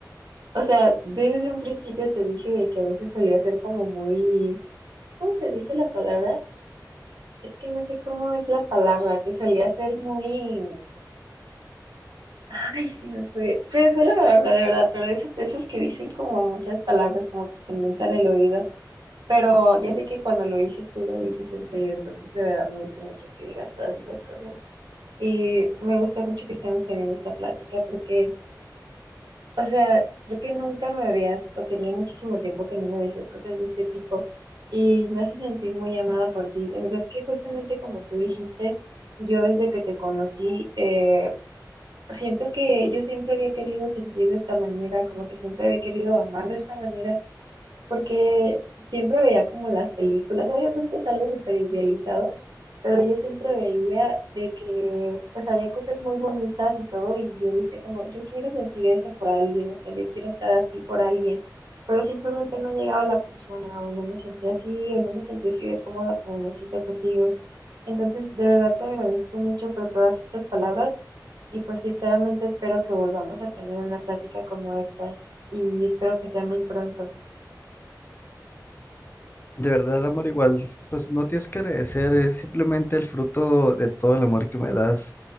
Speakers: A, on the right; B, on the left.
A: o sea, desde un principio te dije de que a veces solía ser como muy, ¿cómo se dice la palabra? Es que no sé cómo es la palabra, que solía ser muy, ay, se me fue, se me fue la palabra de verdad, pero eso, esos que dicen como muchas palabras, como que te endulzan el oído, pero ya sé que cuando lo dices tú lo dices en serio, entonces de verdad me gusta mucho que digas todas esas cosas y me gusta mucho que estemos teniendo esta plática porque O sea, creo que nunca me habías, o tenía muchísimo tiempo que no me decías cosas de este tipo y me hace sentir muy amada por ti. De verdad que justamente como tú dijiste, yo desde que te conocí, eh, siento que yo siempre había querido sentir de esta manera, como que siempre había querido amar de esta manera porque siempre veía como las películas, obviamente es algo súper idealizado, pero yo siempre veía de que pues había cosas muy bonitas y todo, y yo decía como, yo quiero sentir eso por alguien, o sea, yo quiero estar así por alguien, pero simplemente no llegaba la persona, o no me sentía así, o no me sentía así de cómoda como me siento contigo. Entonces, de verdad te agradezco mucho por todas estas palabras. Y pues sinceramente espero que volvamos a tener una plática como esta y espero que sea muy pronto.
B: De verdad, amor, igual, pues no tienes que agradecer, es simplemente el fruto de todo el amor que me das,